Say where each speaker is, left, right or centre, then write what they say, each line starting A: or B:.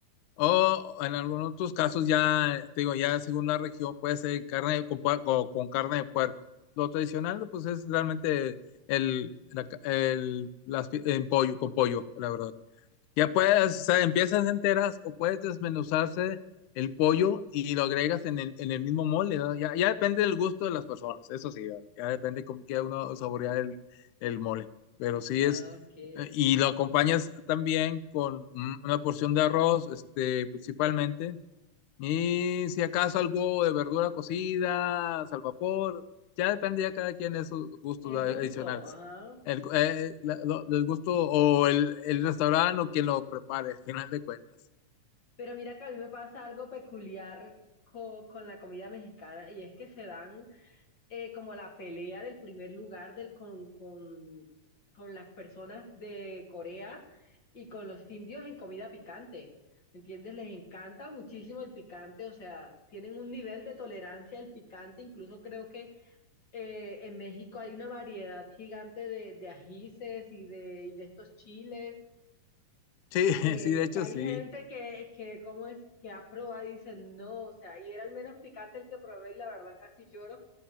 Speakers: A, on the left; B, on the left.
A: o en algunos otros casos ya, te digo, ya según la región puede ser carne de- con, puer- o con carne de puerco. Lo tradicional pues es realmente el, la ca- el- las pi- en pollo, con pollo, la verdad. Ya puedes, o sea, empiezas enteras o puedes desmenuzarse el pollo y lo agregas en el, en el mismo mole ¿verdad? Ya, ya depende del gusto de las personas, eso sí, ¿verdad? Ya depende cómo quiera uno saborear el, el mole. Pero sí
B: Ah,
A: es,
B: ok.
A: eh, y lo acompañas también con un- una porción de arroz, este, principalmente, y si acaso algo de verdura cocida, al vapor, ya depende ya cada quien de sus gustos
B: El
A: adicionales.
B: gusto, ajá.
A: El, eh, la- lo- el gusto o el, el restaurante o quien lo prepare, al final de cuentas.
B: Pero mira que a mí me pasa algo peculiar co- con la comida mexicana y es que se dan eh, como la pelea del primer lugar del, con, con, con las personas de Corea y con los indios en comida picante. ¿Me entiendes? Les encanta muchísimo el picante, o sea, tienen un nivel de tolerancia al picante. Incluso creo que eh, en México hay una variedad gigante de, de ajíes y de, y de estos chiles
A: Sí, <laughs>
B: que,
A: sí, de hecho
B: que hay
A: sí.
B: gente que, que, ¿cómo es? que ha probado y dicen no, o sea, y era el menos picante el que probé y la verdad casi lloro.